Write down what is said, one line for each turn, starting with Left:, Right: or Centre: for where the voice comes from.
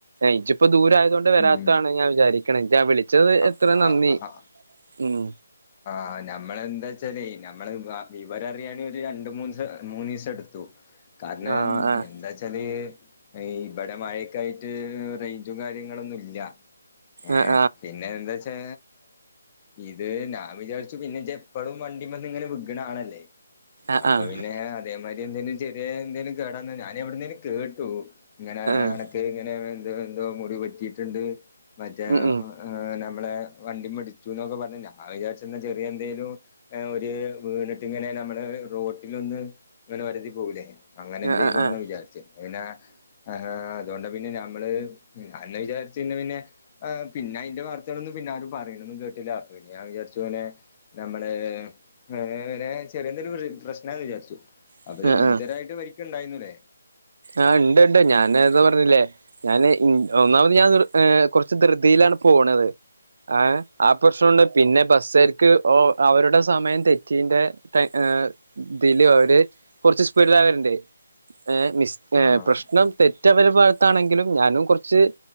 Right: ഇജ്ജ് പ്പാ ദൂരയായത് കൊണ്ട് വരാത്താണ്
Left: ഉം
Right: ഞാൻ വിചാരിക്കണെ ഞാൻ വിളിച്ചത്
Left: അ
Right: എത്ര
Left: ആ
Right: നന്ദി
Left: ആ
Right: മ്
Left: ആഹ് ഞമ്മളെ എന്താച്ചാലേ നമ്മള് വിവരറിയാനേ ഒരു രണ്ട് മൂന്ന് മൂന്നു ദിവസം എടുത്തു കാരണം
Right: ആഹ് ആഹ്
Left: എന്താച്ചാല് ഇവിടെ മഴക്കായിട്ട് റേഞ്ചും കാര്യങ്ങളൊന്നും ഇല്ല ഏഹ്
Right: ആഹ്
Left: പിന്നെ പിന്നെ എന്താ വച്ചാ ഇത് ഞാൻ വിചാരിച്ചു പിന്നെ ജ്ജ് എപ്പലും വണ്ടിമെന്നിങ്ങനെ വിക്ണ ആളല്ലേ
Right: ആഹ് ആഹ്
Left: അപ്പൊ
Right: ആഹ്
Left: പിന്നെ അതേമാരി എന്തെലും ചെറിയ എന്തേലും കേടാന്നാ ഞാൻ എവിടെന്നേലും കേട്ടു ഇങ്ങനെയാണ്
Right: ആഹ്
Left: ഒക്കെ ഇങ്ങനെ എന്തോ എന്തോ മുറി പറ്റിയിട്ടുണ്ട് മറ്റേ
Right: ഉം ഉം
Left: ആഹ് ഞമ്മളെ വണ്ടിമ്മേടിച്ചു എന്നൊക്കെ പറഞ്ഞെ ഞാൻ വിചാരിച്ചന്നെ ചെറിയ എന്തേലും ഒരു വീണിട്ട് ഇങ്ങനെ നമ്മള് റോട്ടിലൊന്ന് അങ്ങനെ ഒരതി പോകൂലേ അങ്ങനെ എന്തെലും
Right: ആഹ് ആഹ്
Left: ആണെന്ന വിചാരിച്ചേ അങ്ങന ആഹ് അതുകൊണ്ട് പിന്നെ ഞമ്മള് അന്ന് വിചാരിച്ച് പിന്നെ പിന്നെ ആഹ് പിന്നെ അയ്ന്റെ വാർത്തകളോന്നും പിന്നെ ആരും പറയണൊന്നും കേട്ടില്ല അപ്പൊ പിന്നെ ഞാൻ വിചാരിച്ചു ഇങ്ങനെ നമ്മള് വേറെ ചെറിയെന്തേലും പ്രശ്നാ വിചാരിച്ചു അപ്പത്
Right: ആഹ്
Left: ഗുരു
Right: ആഹ് ആഹ്
Left: ഇത്രയിട്ട് പരിക്ക് ഉണ്ടായിന്നുല്ലേ
Right: ആഹ് ഇണ്ട് ഇണ്ട് ഞാന് നേരത്തെ പറഞ്ഞില്ലേ ഞാന് ഒന്നാമത് ഞാൻ ഏർ കുറച്ച് ധൃതിലാണ് പോണത് ഏഹ് ആഹ് പ്രശ്നുണ്ട് പിന്നെ ബസ്സർക്ക് അവരുടെ സമയം തെറ്റിന്റെ ഏഹ് തില് അവര് കുറച്ച് സ്പീഡിലാവരുണ്ട് ഏഹ് മിസ് ഏഹ്
Left: ആഹ്
Right: പ്രശ്നം തെറ്റ് അവരുടെ ഭാഗത്താണെങ്കിലും ഞാനും കുറച്ച്